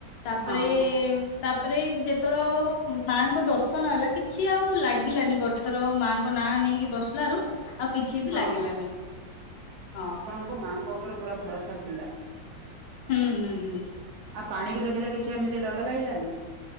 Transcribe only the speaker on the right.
ହଁ
ହଁ
ଙ୍କ ମାଆଙ୍କ ଉପରେ ପୁରା ଭରସା ଥିଲା
ଆଉ ପାଣିକୁ ଦେଖିଲେ କିଛି ଏମିତି ଡର ଲାଗିଲାନି?